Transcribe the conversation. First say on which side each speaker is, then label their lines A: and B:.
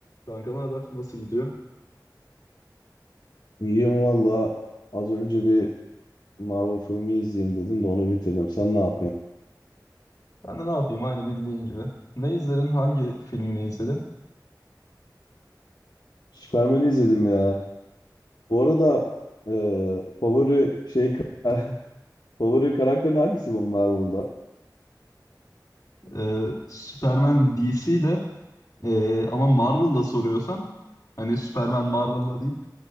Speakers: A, on the left (about 45°); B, on the left (about 75°).
A: Kanka ne haber? Nasıl gidiyor?
B: İyiyim valla. Az önce bir Marvel filmi izleyeyim dedim de onu bitirdim. Sen ne yapıyorsun?
A: Ben de ne yapayım aynı bildiğin gibi. Ne izledin? Hangi filmini izledin?
B: Superman'i izledim ya. Bu arada e, favori şey <laughs> favori karakterin hangisi bu Marvel'da?
A: Ee, Superman DC'de ee, ama Marvel'da soruyorsan hani Superman Marvel'da değil.